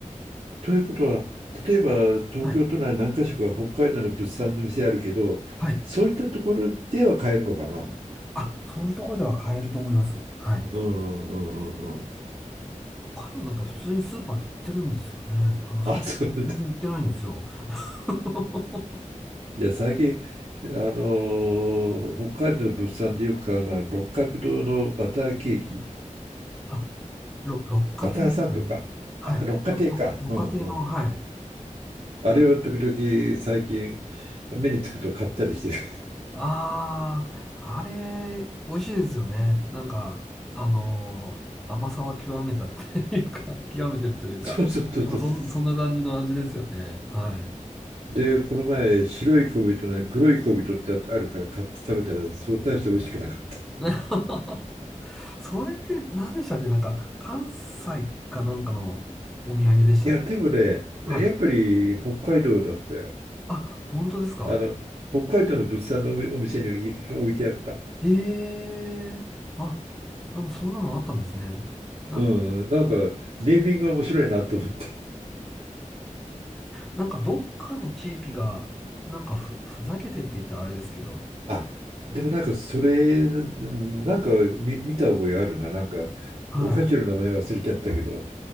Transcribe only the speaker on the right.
ということは、例えば東京都内何か所か北海道の物産の店あるけど、
そういったところでは買えるのかな
うんうんうんうんうん。
あ、そうだった。
いや、最近、あのー北海道の物産でよく買うのは六角堂のバターケーキ。
バターサンドか、
六花亭か、
うんうん。
あれを時々最近目につくと買ったりしてる。
<laughs> そうそうそうそうそ
う。で、この前、白い小人ね、黒い小人ってあるから買って食べたら、そう大して美味しくなかった。い
や、でもね、
やっぱり北海道だったよ。
あの、北海道の物産のお店にい置いてあった。
うん、なんか、ネーミングが面白いなと思っ
あ、でもなんかそれ、なんか見、見た覚えあるな。なんか、
お菓子の名前忘れちゃったけど、